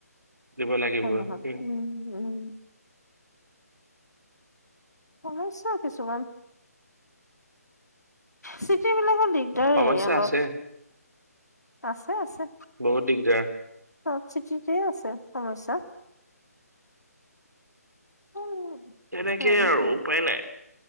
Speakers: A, on the right (about 80°); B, on the left (about 80°).
A: দিব লাগিবই
B: হ'য়, নহয় উম উম সমস্যা কিছুমান চিটি বিলাকত দেখি দেই
A: সমস্যা
B: অলপ
A: আছে
B: আছে আছে।
A: বহুত দিগদাৰ
B: চব চিৰ্টিতেই আছে সমস্যা। <unintelligible>
A: তেনেকেই
B: হয়ে
A: আৰু
B: চো
A: উপায় নাই